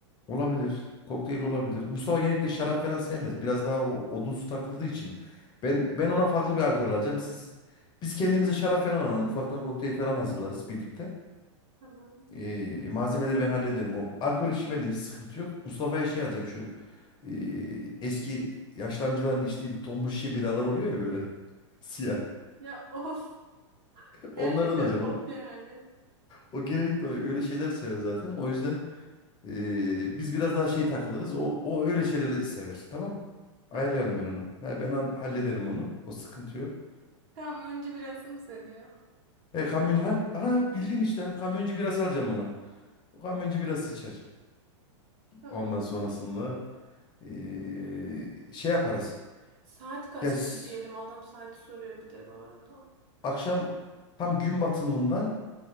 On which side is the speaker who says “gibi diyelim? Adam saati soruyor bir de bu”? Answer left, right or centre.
Right